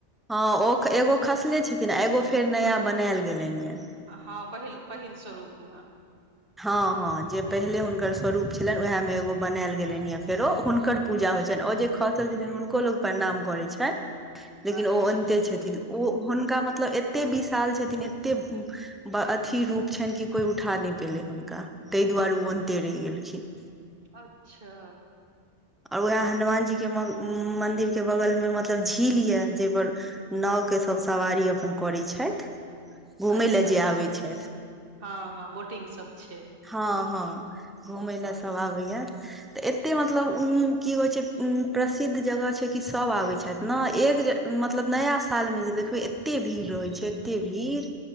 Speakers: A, in the centre; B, on the right (about 45°).
A: हँ, ओ ख-एगो खसले छथिन आ एगो फेर नया बनैऽल गेलैन यैऽ।
B: हँ पहिल-पहिल स्वरूप में।
A: हँ-हँ जे पहिले हुनकर स्वरूप छलैन, ओहैऽ में एगो बनैऽल गेलैन यैऽ फेरो हुनकर पूजा होइ छैइन, ओ जे खसल जतिन हुनको लोग परणाम करै छै, लेकिन
B: अच्छा
A: ओ ओन्ते छथिन। ओ हुनका मतलब एते बिशाल छथिन एते अथी रूप छनि कि कोई उठा नहि पयेलै हुनका ताहि दुआरे ओ
B: अ-
A: अन्ते रहि गेलखिन।
B: अच्छा।
A: आ उएह हनुमान जी के म मंदिर के बगल में मतलब झील यए जेपर नाँव के सब सवारी अपन करै छथि घूमयै
B: अच्छा
A: लऽ जे
B: अच्छा
A: आबै छथि।
B: हँ हँ बोटिंग सब छै।
A: हँ हँ घूमय ले
B: वाह
A: सब आबैया। तऽ एतेय मतलब की होइत छै प्रसिद्ध जगह छै कि सब आबैत छथि ने एक जे मतलब नया सालमे जे देखबै एतेक भीड़ रहैत छै एतेक भीड़।